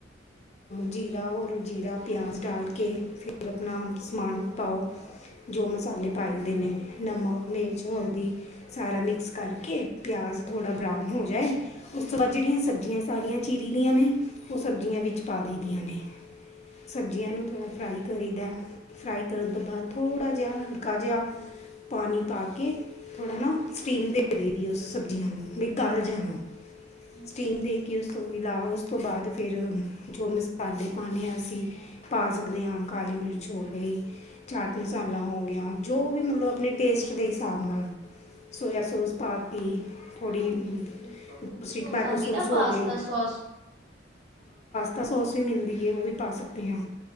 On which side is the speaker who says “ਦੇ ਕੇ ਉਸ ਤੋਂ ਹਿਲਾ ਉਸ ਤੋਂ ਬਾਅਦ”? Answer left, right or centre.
Left